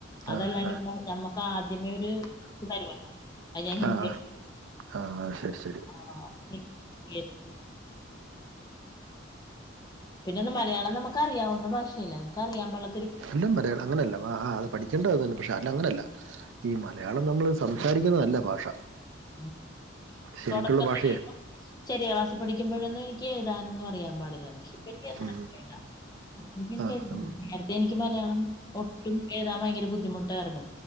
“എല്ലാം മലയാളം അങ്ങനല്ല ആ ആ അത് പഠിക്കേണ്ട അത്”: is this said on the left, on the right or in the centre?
Right